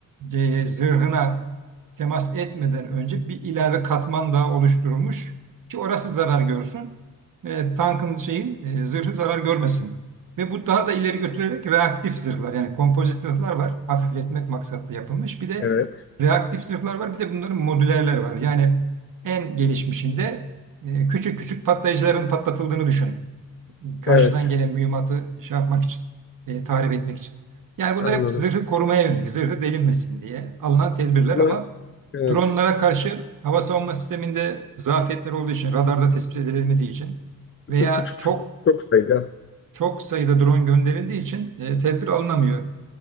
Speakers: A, on the right; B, on the left.
A: e, zırhına temas etmeden önce bir ilave katman daha oluşturulmuş ki orası zarar görsün. E, tankın şeyi e, zırhı zarar görmesin. Ve bu daha da ileri götürerek reaktif zırhlar yani kompozit zırhlar var. Hafifletmek maksatlı yapılmış. Bir de
B: evet,
A: reaktif zırhlar var. Bir de bunların modülerleri var. Yani en gelişmişinde e, küçük küçük patlayıcıların patlatıldığını düşün karşıdan
B: evet.
A: gelen mühimmatı şey yapmak için, e, tahrip etmek için. Yani bunlar
B: Anladım.
A: hep zırhı korumaya yönelik, zırhı delinmesin diye alınan tedbirler
B: Ama
A: ama
B: evet,
A: dronlara karşı hava savunma sisteminde zafiyetler olduğu için, radarda tespit edilemediği için
B: küçük
A: veya
B: küçük
A: çok
B: çok sayıda.
A: çok sayıda drone gönderildiği için e, tedbir alınamıyor.